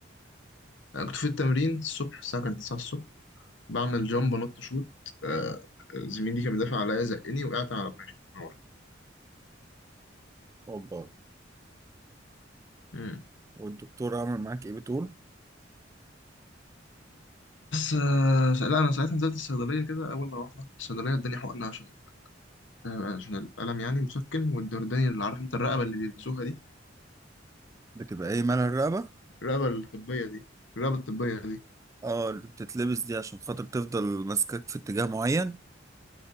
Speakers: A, on the left; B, on the right.
A: كنت في التمرين الصبح الساعة كانت 9 الصبح بعمل جامب أنط شوت آه زميلي كان بيدافع عليا زقني وقعت على دماغي من ورا.
B: أوبا
A: مم.
B: والدكتور عمل معاك إيه بتقول؟
A: بس آه لا أنا ساعتها نزلت الصيدلية كده أول ما روحت رحت الصيدلية اداني حقنة عشان آه، عشان الألم يعني مسكن واداني اللي عارف أنت الرقبة اللي بيلبسوها دي
B: بتبقى إيه مال الرقبة؟
A: الرقبة الطبية دي الرقبة الطبية دي
B: اه اللي بتتلبس دي عشان خاطر تفضل ماسكاك في اتجاه معين